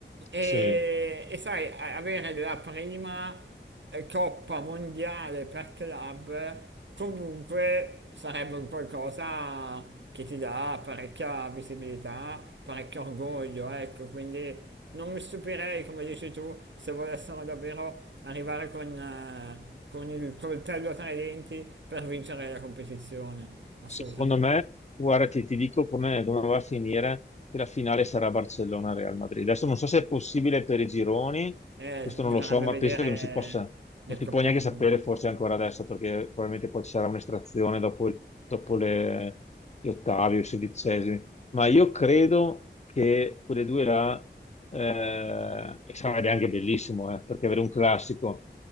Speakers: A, on the right; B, on the left.
A: E,
B: sì.
A: e sai, a- avere la prima eh, coppa mondiale per club eh, comunque sarebbe un qualcosa che ti dà parecchia visibilità, parecchio orgoglio, ecco, quindi non mi stupirei, come dici tu, se volessero davvero arrivare con, eh, con il coltello tra i denti per vincere la competizione, assolutamente.
B: Secondo me, guarda, ti, ti dico come come va a finire, che la finale sarà Barcellona-Real Madrid. Adesso non so se è possibile per i gironi,
A: Eh,
B: questo
A: bisognerebbe
B: non lo so, ma
A: vedere
B: penso che non si possa,
A: gli
B: non
A: accoppiamenti.
B: si può neanche sapere forse ancora adesso, perché probabilmente poi ci sarà un'estrazione dopo, il- dopo le, gli ottavi o i sedicesimi. Ma io credo che quelle due là, eh, sarebbe anche bellissimo, eh, perché avere un classico.